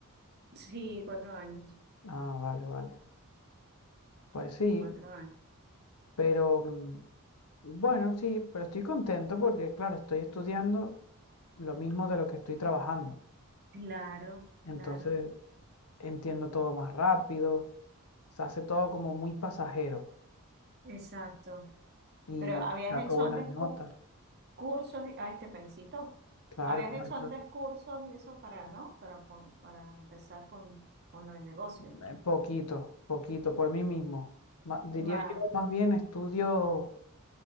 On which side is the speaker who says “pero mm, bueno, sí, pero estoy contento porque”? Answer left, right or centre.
Left